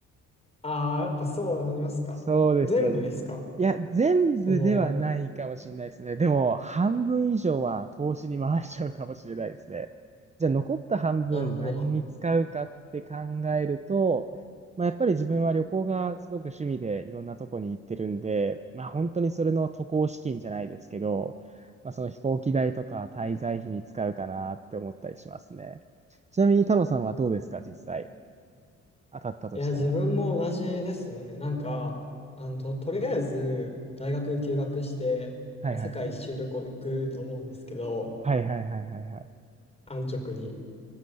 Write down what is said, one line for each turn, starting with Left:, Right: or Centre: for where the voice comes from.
Left: ああー、やっぱそうなりますか。
Right: そうですよね。
Left: 全部ですか
Right: いや、全部ではないかもしれないですね。
Left: その、
Right: でも、半分以上は投資に回しちゃうかもしれないですね。じゃあ、残った半分何に使うかって考えると、
Left: なるほど、なるほど。
Right: まあ、やっぱり自分は旅行がすごく趣味でいろんなとこに行ってるんで、まあ、本当にそれの渡航資金じゃないですけど、まあ、その飛行機代とか滞在費に使うかなって思ったりしますね。ちなみに太郎さんはどうですか、実際。当たったとしたら。
Left: いや、自分も同じですね。なんか、あの、と、とりあえず、大学休学して、
Right: はいはいはい。
Left: まあ、世界一周旅行行くと思うんですけど、
Right: はいはいはいはいはい。
Left: 安直に。